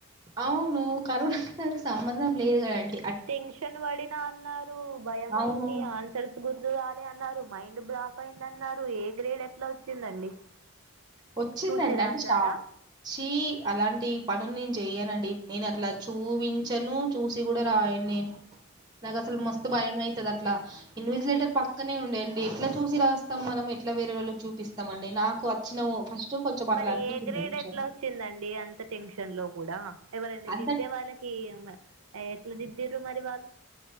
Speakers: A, on the right (about 20°); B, on the right (about 80°).
A: అవును కరోనానికి అస్సలు సంబంధం లేదు కదండి
B: టెన్షన్ పడినా అన్నారు భయ
A: అవును.
B: అయింది ఆన్సర్స్ గుర్తురాలి అన్నారు మైండ్ రడు బ్లాక్ అయిందన్నారు ఏ గ్రేడ్ ఎట్లా వచ్చిందండి
A: వచ్చిందండి
B: చూసి రాసారా
A: అంటే స్టార్ చీ అలాంటి పనులు నేను చెయనండి నేను అట్లా చూపించను చూసి కూడా రాయను నేను నాకు అసలు మస్తు భయమైతుంది ట్ల ఇన్వెసిలేటర్ పక్కనే ఉండే అండి ఎట్లా చూసి రాస్తాం మనం ఎట్లా వేరే వాళ్ళు చూపిస్తాం అండి నాకు వచ్చినావు ఫస్ట్ కొంచెం అట్లా
B: మరి
A: అనిపించింది
B: ఏ గ్రేడ్
A: టెన్షన్
B: ఎట్లా వచ్చిందండి అంత టెన్షన్ లో కూడా ఎవరనా
A: అంత
B: దిద్దే వాళ్ళకి కీ ఎట్లా దిద్దిర్రు మారి వా